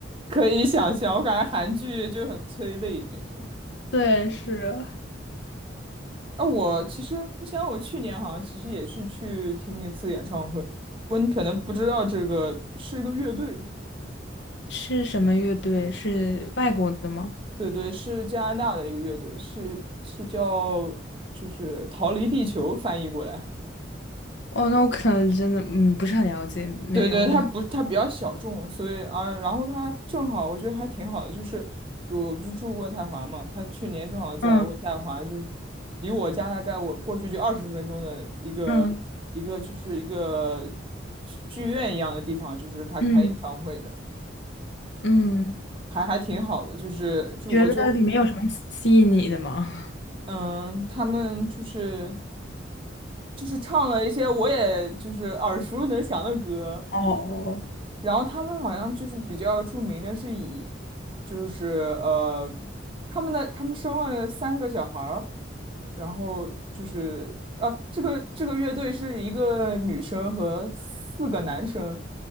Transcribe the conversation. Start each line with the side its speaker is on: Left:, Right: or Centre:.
Right: 可以想象，我感觉韩剧就很催泪那种。
Left: 对，是
Right: 啊，我其实我想我去年好像其实也是去听一次演唱会，不过你可能不知道这个是一个乐队，
Left: 是什么乐队？是外国的吗？
Right: 对对，是加拿大的一个乐队，是是叫就是逃离地球翻译过来，
Left: 哦，那我可能真的嗯不是很了解，没有，
Right: 对对，他不，他比较小众，所以啊，然后他正好，我觉得还挺好的，就是比如我不住渥太华嘛，他去年正好在渥太华，
Left: 嗯
Right: 就是离我家大概我过去就二十分钟的一个一个就是一个
Left: 嗯
Right: 剧剧院一样的地方，就是他开演唱会的，
Left: 嗯嗯，
Right: 还还挺好的，就是就我就
Left: 觉得里面有什么吸引你的吗？
Right: 嗯，他们就是就是唱了一些我也就是耳熟能详的歌，
Left: 哦
Right: 然后他们好像就是比较著名的是以，就是呃，他们的他们生了三个小孩儿，然后就是呃，这个这个乐队是一个女生和四个男生，